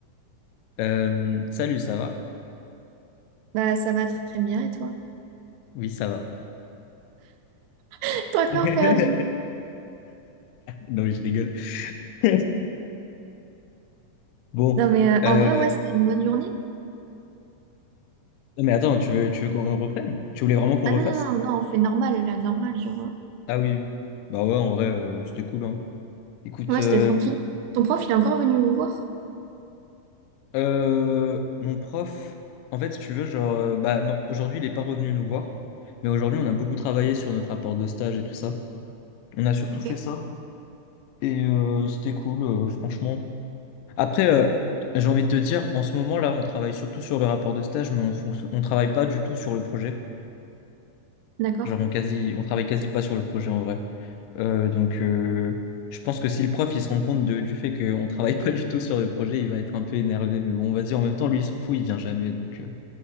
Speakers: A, on the left; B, on the right.
A: Euh, salut, ça va?
B: bah, ça va très bien, et toi?
A: Oui, ça va.
B: <laughs> T'as encore
A: <laughs>
B: perdu.
A: Non, mais je rigole. <laughs> Bon,
B: Non, mais euh,
A: euh,
B: en vrai, ouais, c'était une bonne journée.
A: non, mais attends, tu veux, tu veux qu'on reprenne? Tu voulais vraiment qu'on
B: Ah
A: refasse?
B: non, non, non, non, on fait normal, là, normal, genre. euh,
A: Ah oui, oui. Bah ouais, en vrai, euh, c'était cool, hein. Écoute,
B: Ouais,
A: euh,
B: c'était tranquille. Ton prof, il est encore venu vous voir?
A: Euh, mon prof, en fait, si tu veux, genre, euh, bah non, aujourd'hui, il n'est pas revenu nous voir, mais aujourd'hui, on a beaucoup travaillé sur notre rapport de stage et tout ça. On a surtout
B: Ok,
A: fait ça et euh, c'était cool, euh, franchement. Après, euh, j'ai envie de te dire, en ce moment, là, on travaille surtout sur le rapport de stage, mais on fonc- on travaille pas du tout sur le projet.
B: d'accord.
A: Genre, on quasi, on travaille quasi pas sur le projet en vrai. Euh, donc, euh, je pense que si le prof, il se rend compte de- du fait qu'on travaille <laughs> pas du tout sur le projet, il va être un peu énervé. Mais bon, vas-y, en même temps, lui, il s'en fout, il vient jamais, donc. euh,